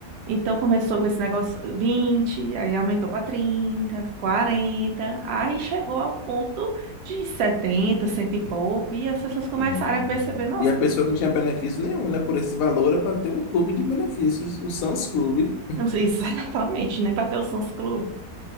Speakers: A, on the right; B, on the left.
A: Então começou com esse negócio 20, aí aumentou para 30, 40, aí chegou ao ponto de 70, cento e pouco, e as pessoas começaram
B: Hum.
A: a perceber, nossa,
B: E a pessoa não tinha benefício nenhum, né? Por esse valor é para ter um clube de benefícios, o Suns Clube.
A: não sei <laughs> exatamente, nem bateu o Sons Clube.